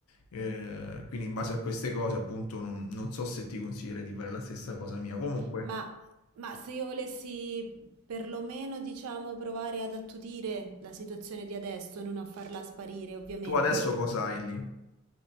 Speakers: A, on the left; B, on the right.
A: eh, quindi in base a queste cose, appunto, non, non so se ti consiglierei di fare la stessa cosa mia. Comunque,
B: Ma, ma se io volessi perlomeno, diciamo, provare ad attutire la situazione di adesso, non a farla sparire, ovviamente,
A: tu adesso cosa hai lì?